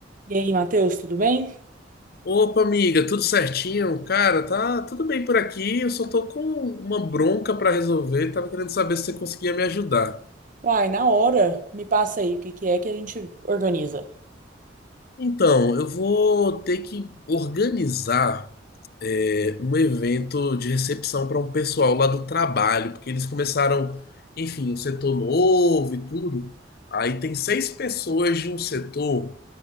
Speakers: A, on the right (about 45°); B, on the left (about 55°).
A: E aí, Matheus, tudo bem?
B: Opa, amiga, tudo certinho? Cara, tá tudo bem por aqui. Eu só tô com uma bronca pra resolver. Tava querendo saber se você conseguia me ajudar.
A: Uai, na hora, me passa aí o que que é que a gente organiza.
B: Então, eu vou ter que organizar é, um evento de recepção para um pessoal lá do trabalho, porque eles começaram, enfim, um setor novo e tudo. Aí tem seis pessoas de um setor